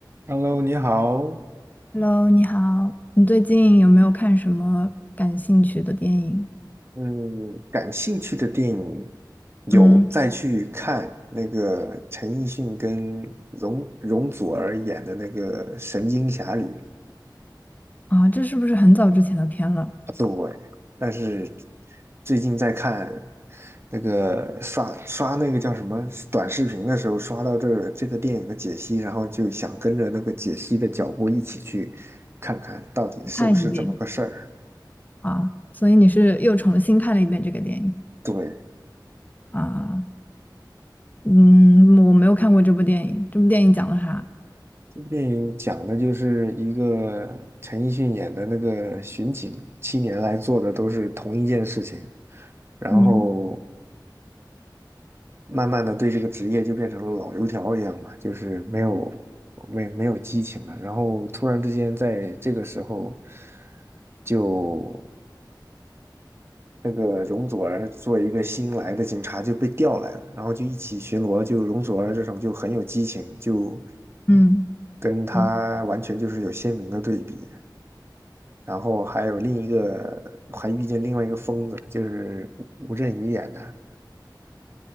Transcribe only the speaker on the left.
Hello，你好，你最近有没有看什么感兴趣的电影？
嗯，啊，这是不是很早之前的片了？
看一遍啊，所以你是又重新看了一遍这个电影
啊？嗯，我没有看过这部电影，这部电影讲了啥？
嗯
嗯
嗯